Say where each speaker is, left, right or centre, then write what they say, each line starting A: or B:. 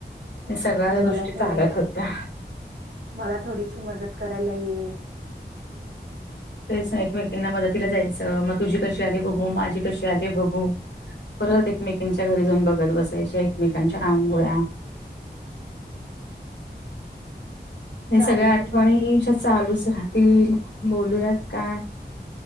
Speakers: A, on the left; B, on the right.
A: ह्या सगळ्याच
B: मला
A: गोष्टी
B: थोडं
A: चालत होत्या.
B: मला थोडीशी मदत करायला ये.
A: तेच सा मैत्रीणीना मदतीला जायचं, मग तुझी कशी आले बघू, माझी कशी आले बघू परत एकमेकिंच्या घरी जाऊन बघत बसायच्या, एकमेकांच्या रांगोळ्या हे
B: चालेल
A: सगळ्या आठवणी
B: मग
A: ह्या आमच्या चालूच राहतील बोलूयात काय?